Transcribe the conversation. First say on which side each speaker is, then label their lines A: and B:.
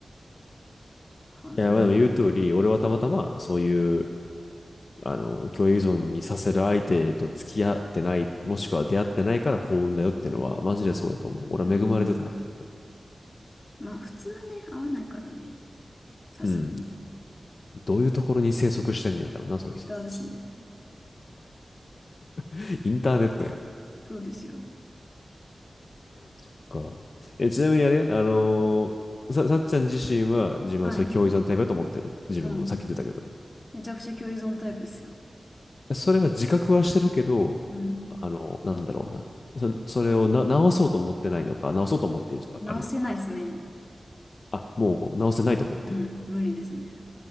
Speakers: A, on the left; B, on the left.
A: かん、
B: いや、
A: うん。
B: まあでも言う通り、俺はたまたまそういうあの、共栄依存にさせる相手と付き合ってない、もしくは出会ってないから幸運だよっていうのは、マジでそうやと思う。俺は恵まれてたんやなと。
A: うん。まあ、普通はね、合わないからね。さすがに、
B: うん。
A: ツ
B: どういうところに生息してんねやろな、そういう人たち。
A: イッターですね。
B: <laughs> インターネットやん。
A: そうですよ。
B: そっか。え、ちなみにあれ、あのーさ、さっちゃん自身は自分はそういう共栄依存タイプだと思ってる。
A: はい。
B: 自分もさっき出たけど。
A: うん。めちゃくちゃ共依存タイプですよ。
B: それは自覚はしてるけど、
A: うん。
B: あの、なんだろうな。そ、それをな、直そうと思ってないのか、直そうと思っているとかあるやんか。
A: 直せないですね。
B: あ、もう直せないと思っている。
A: うん。無理ですね。